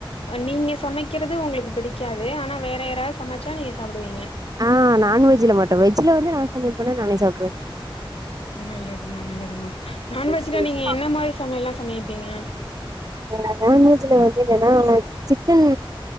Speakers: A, on the left; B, on the right.
A: நீங்க சமைக்கிறது உங்களுக்கு பிடிக்காது ஆனா வேற யாராது சமச்சா நீங்க சாப்டுவீங்க
B: ஆ நான்வெஜ்ல மட்டு வெஜ்ல வந்து நா சமையல் பண்ணா நானே சாப்ட்டுருவே
A: நல்லதும்மா நல்லதும்மா நான்வெஜ்ல
B: சேரி
A: நீங்க என்ன மாரி சமையல்லா சமைப்பீங்க
B: ஆ நான்வெஜ்ல வந்து என்னன்னா சிக்கன்